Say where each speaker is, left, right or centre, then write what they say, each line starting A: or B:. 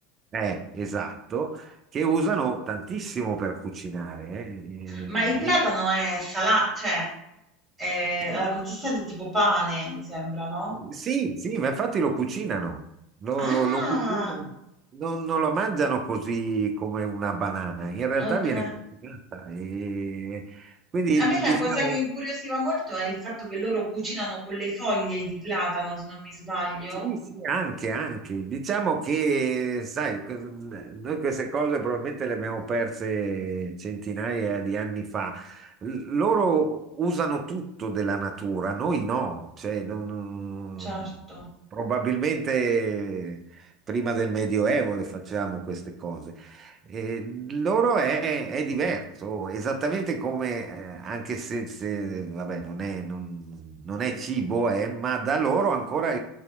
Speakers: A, on the right; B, on the right.
A: Eh, esatto, che usano tantissimo per cucinare, eh,
B: Ma il platano è salato, cioè è- ha
A: e-
B: la consistenza è tipo pane, mi sembra, no?
A: Sì, sì, ma infatti lo cucinano, lo,
B: Ah,
A: lo- lo cucinano, non, non lo mangiano così come una banana, in realtà
B: ok.
A: viene cucinata. E quindi
B: A me la
A: diciamo,
B: cosa che incuriosiva molto è il fatto che loro cucinano con le foglie di platano, se non mi sbaglio.
A: Sì, sì, anche, anche. Diciamo che, sai, que- mhmm, noi queste cose probabilmente le abbiamo perse centinaia di anni fa. L- loro usano tutto della natura, noi no. Cioè, non- non-
B: Certo.
A: probabilmente prima del Medioevo le facciamo queste cose. E loro è, è diverso, esattamente come, eh, anche se, se, vabbè, non è, non- non è cibo, eh, ma da loro ancora